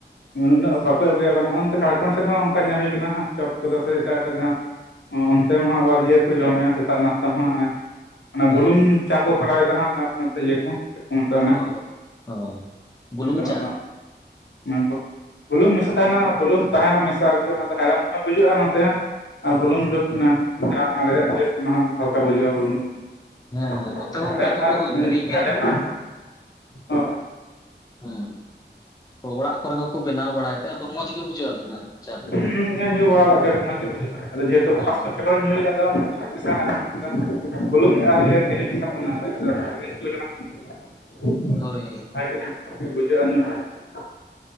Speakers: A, on the left; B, on the left.
A: ᱱᱩᱱᱟᱹᱜ ᱵᱟᱠᱚ ᱟᱹᱜᱩᱭᱟ ᱱᱚᱜᱼᱚᱱᱛᱮ ᱩᱸ ᱩᱸ ᱱᱟᱹᱜ ᱵᱟᱠᱚ ᱟᱹᱜᱩᱭᱟ ᱜᱚ ᱱᱚᱜᱼᱱᱚᱛᱮ ᱡᱷᱟᱲᱠᱷᱚᱸᱰ ᱥᱮᱫ ᱦᱚᱸ ᱚᱱᱠᱟ ᱧᱮᱞ ᱦᱩᱭ ᱟᱠᱟᱱᱟ ᱦᱟᱸᱜ ᱪᱚᱯ ᱠᱚᱫᱚ ᱥᱮ ᱮᱴᱟᱜ ᱮᱴᱟᱜ ᱡᱟᱦᱟᱸ ᱚᱸ ᱚᱸᱛᱮ ᱢᱟ ᱟᱵᱟᱨᱤᱭᱟᱹ ᱠᱚ ᱡᱚᱢᱮᱜᱼᱟ
B: ᱦᱩᱸ
A: ᱥᱮᱛᱟᱜ ᱱᱟᱥᱛᱟ ᱦᱚᱸ, ᱚᱱᱮ ᱚᱱᱟ
B: ᱦᱳᱭ
A: ᱵᱩᱞᱩᱝ, ᱪᱟ ᱠᱚ ᱠᱚᱨᱟᱣ ᱮᱫᱟ ᱦᱟᱸᱜ ᱟᱨ ᱱᱚᱛᱮ ᱤᱭᱟᱹ ᱠᱚ ᱪᱮᱫ ᱠᱚ ᱢᱮᱛᱟᱜᱼᱟ ᱚᱱᱮ
B: ᱚᱦᱚᱜ ᱚ, ᱵᱩᱞᱩᱝ
A: ᱚᱱᱛᱮᱱᱟᱜ
B: ᱪᱟ
A: ᱫᱚ ᱦᱟᱸᱜ <unintelligible> ᱵᱩᱞᱩᱝ ᱢᱮᱥᱟ ᱛᱟᱦᱮᱸᱱᱟ, ᱵᱩᱞᱩᱝ ᱛᱟᱦᱮᱸᱱᱟ ᱢᱮᱥᱟ ᱟᱨᱠᱤ ᱚᱱᱟ ᱫᱚ ᱦᱮᱲᱮᱢ ᱦᱚᱸ ᱵᱩᱡᱷᱟᱹᱜᱼᱟ ᱱᱚᱛᱮ ᱟᱨ ᱵᱩᱞᱩᱝ ᱞᱩᱠ ᱱᱟ <unintelligible> ᱚᱱᱟ ᱦᱚᱸ, ᱦᱟᱞᱠᱟ ᱵᱩᱡᱷᱟᱹᱜᱼᱟ ᱵᱩᱞᱩᱝ ᱵᱩᱞᱩᱝ <unintelligible>
B: ᱦᱮᱸ ᱦᱮᱸ ᱱᱚᱛᱮ ᱦᱚᱸ
A: ᱦᱮᱲᱮᱢ
B: ᱚᱱᱠᱟ ᱫᱚᱠᱚ ᱧᱩᱭ ᱜᱮᱭᱟ
A: ᱦᱮᱲᱮᱢ
B: ᱠᱚ
A: <unintelligible> ᱚ
B: ᱦᱮᱸ ᱛᱚ ᱚᱲᱟᱜ ᱠᱚᱨᱮ ᱦᱚᱸᱠᱚ ᱵᱮᱱᱟᱣ ᱵᱟᱲᱟᱭ ᱛᱮ ᱟᱫᱚ ᱢᱚᱸᱡᱽ ᱜᱮ ᱵᱩᱡᱷᱟᱹᱜᱼᱟ, ᱟᱫᱚ ᱚᱱᱟ? ᱪᱟ
A: ᱦᱩᱸ ᱦᱩᱸ ᱦᱩᱸ ᱧᱩ ᱵᱟᱲᱟ ᱠᱟᱜ ᱜᱮᱭᱟ ᱞᱤᱧ ᱢᱚᱸᱡᱽ ᱜᱮ ᱵᱩᱡᱷᱟᱹᱜᱼᱟ ᱟᱫᱚ ᱡᱮᱦᱩᱛᱩ
B: ᱦᱮᱸ
A: <unintelligible> ᱦᱚᱭ ᱧᱩᱭᱮᱫᱟ ᱫᱚᱢ <unintelligible> ᱢᱮᱥᱟ ᱚᱱᱠᱟ ᱵᱩᱞᱩᱝ ᱟᱨ ᱤᱭᱟᱹ ᱪᱤᱱᱤ ᱢᱮᱥᱟ ᱛᱟᱱᱟᱜ ᱨᱮ, <unintelligible> ᱞᱮ ᱠᱟᱱᱟᱜ᱾ <inaudible>
B: ᱦᱳᱭ ᱦᱳᱭ᱾
A: ᱟᱹᱰᱤ <unintelligible> ᱵᱩᱡᱷᱟᱹᱜᱼᱟ ᱧᱩ᱾ <unintelligible>